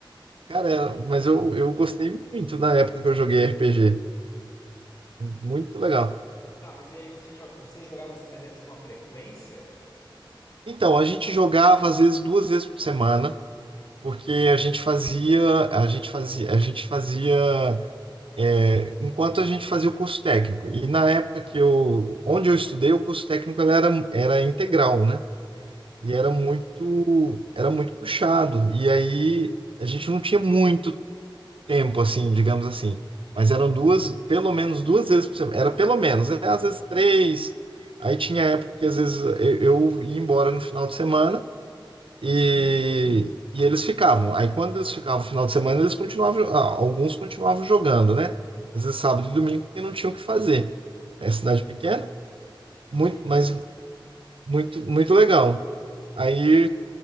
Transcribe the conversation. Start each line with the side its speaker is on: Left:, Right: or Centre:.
Right: Cara, era- mas eu, eu gostei muito na época que eu joguei RPG. Muito legal.
Left: E você- Tá, mas aí você, jo- você jogava, mas é, tinha uma frequência?
Right: Então, a gente jogava às vezes duas vezes por semana, porque a gente fazia, a gente fazia, a gente fazia é, enquanto a gente fazia o curso técnico. E na época que eu, onde eu estudei, o curso técnico ele era, era integral, né? E era muito, era muito puxado. E aí a gente não tinha muito tempo, assim, digamos assim. Mas eram duas, pelo menos duas vezes por semana. Era pelo menos, né? às vezes três. Aí tinha época que às vezes eu eu ia embora no final de semana. E, e eles ficavam. Aí quando eles ficavam no final de semana, eles continuavam, ah, alguns continuavam jogando, né? Às vezes sábado e domingo, porque não tinham o que fazer. É cidade pequena, muito,
Left: Sim.
Right: mas muito, muito legal. Aí